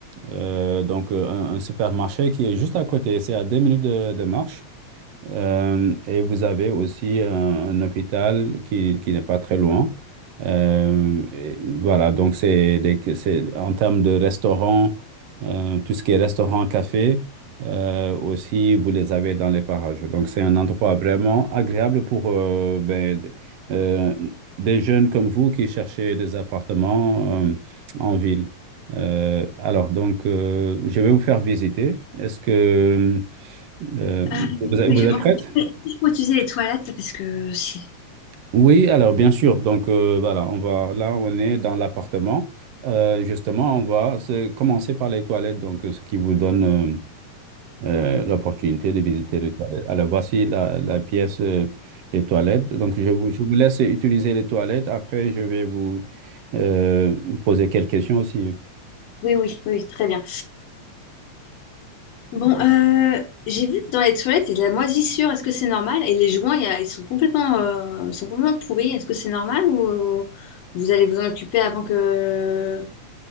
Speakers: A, on the right (about 75°); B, on the left (about 65°).
A: euh, donc euh, un, un supermarché qui est juste à côté, c'est à deux minutes de, de marche. Euh, et vous avez aussi un, un hôpital qui, qui n'est pas très loin. Euh, et voilà, donc c'est des- c'est en termes de restaurants, euh, tout ce qui est restaurant, café, euh, aussi vous les avez dans les parages. Donc c'est un endroit vraiment agréable pour euh, ben, d- euh, des jeunes comme vous qui cherchez des appartements euh, en ville. Euh, alors donc euh, je vais vous faire visiter. Est-ce que euh,
B: Euh,
A: vous êtes
B: oui,
A: vous
B: j'ai vraiment-
A: êtes prête?
B: Il faut utiliser les toilettes parce que si.
A: Oui, alors bien sûr. Donc euh, voilà, on va là, on est dans l'appartement. Euh, justement, on va se- commencer par les toilettes, donc euh, ce qui vous donne euh, euh, l'opportunité de visiter les toilettes. Alors voici la, la pièce euh, des toilettes. Donc je vous, je vous laisse utiliser les toilettes. Après, je vais vous euh, poser quelques questions aussi.
B: Oui, oui, oui, très bien. Bon, euh, j'ai vu que dans les toilettes, il y a de la moisissure. Est-ce que c'est normal? Et les joints, il y a- ils sont complètement, euh, ils sont complètement pourris. Est-ce que c'est normal ou vous allez vous en occuper avant que